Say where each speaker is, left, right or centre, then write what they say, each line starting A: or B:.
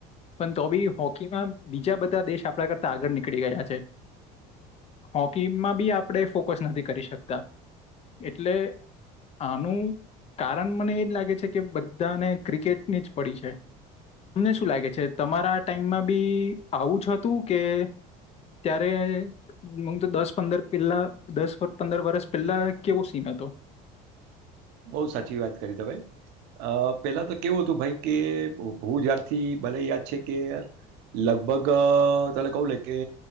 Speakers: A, on the left; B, on the right.
A: પણ તો બી હો હોકીમાં બીજા બધા દેશ આપણા કરતા આગળ નીકળી ગયા છે હોકીમાં બી આપણે ફોકસ નથી કરી શકતા એટલે આનું કારણ મને એ જ લાગે છે કે બધાને ક્રિકેટની જ પડી છે તમને શું લાગે છે તમારા ટાઈમમાં બી આવું જ હતું કે ત્યારે હ તો દસ પંદર પેલા દસ પંદર વર્ષ પેલા કેવો સીન હતો.
B: બો સાચી વાત કરી તમે અ પેલા તો કેવું હતું ભાઈ કે હું જ્યારથી મને યાદ છે કે લગભગ અ તને કહું કે